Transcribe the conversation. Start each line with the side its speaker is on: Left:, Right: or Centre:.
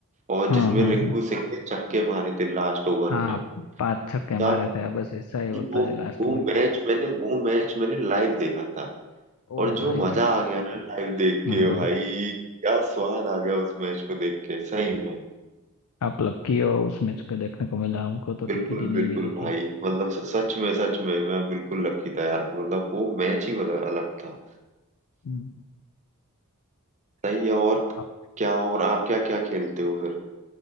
Right: और
Left: हाँ
Right: जिसमें
Left: हाँ
Right: रिंकू
Left: हाँ
Right: सिंह ने छक्के मारे थे लास्ट ओवर
Left: हाँ
Right: में
Left: पांच छक्के
Right: आप
Left: मारे थे बस ऐसा ही होता
Right: वो
Left: है लास्ट
Right: वो
Left: में
Right: मैच मैंने वो मैच मैंने लाइव देखा था
Left: ओ
Right: और जो
Left: भाई भाई
Right: मजा आ गया ना लाइव देख
Left: हम्म
Right: के भाई क्या स्वाद आ गया उस मैच को देख के सही में
Left: आप लकी हो उस मैच को देखने को मिला हमको तो टिकट
Right: बिल्कुल
Left: ही नहीं
Right: बिल्कुल
Left: मिली
Right: भाई
Left: थी
Right: मतलब स- सच में सच में मैं बिल्कुल लकी था यार मतलब वो मैच ही बदल अलग था
Left: हम्म,
Right: सही है और
Left: अब
Right: क्या और आप क्या क्या खेलते हो फिर